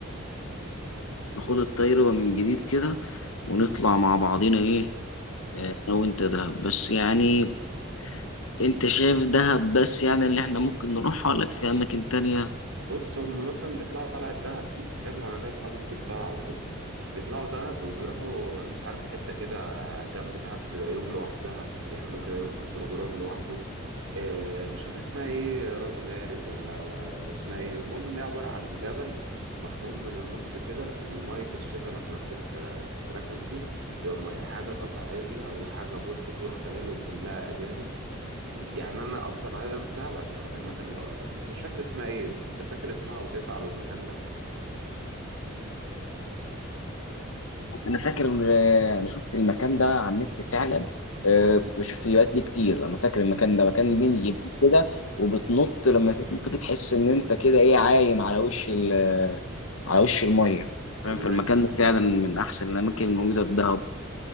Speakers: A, on the left; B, on the right.
A: نخوض الطير ومن جديد كده ونطلع مع بعضينا ايه
B: مم.
A: انا وانت دهب بس يعني انت شايف دهب بس يعني اللي احنا ممكن نروحها ولا في اماكن تانية
B: بص هم مثلا بيطلعوا طلعة دهب دي حلو انا ليا اصحابي كتير طلعوا كده بيطلعوا دهب وبيروحوا مش عارف حتة كده جنب دهب تبقى يوم لوحدها بيعملوا كده يوم في البروجرام لوحده آه، مش فاكر اسمها ايه راس غارب ولا اسمها ايه المهم ان هي عبارة عن جبل مخروم من النص كده ومية الشتاء لما بتتراكم فيه تبقى مية حاجة طبيعية وحاجة بص فوق الخيال وكلها أجانب يعني انا اصلا عايز اروح دهب عشان اروح المكان ده اصلا بس مش فاكر اسمها ايه انت فاكر اسمها وتقطع على المكان ده
A: انا فاكر آه، انا شفت المكان ده على النت فعلا آه،
B: امم
A: كنت بشوف فيديوهات ليه كتير انا فاكر المكان ده مكان بين جبال كده وبتنط لما تنط دي تحس ان انت كده ايه عايم على وش ال- على وش الميه فاهم
B: الله
A: فالمكان
B: يفتح عليك
A: ده فعلا من احسن الاماكن الموجودة في دهب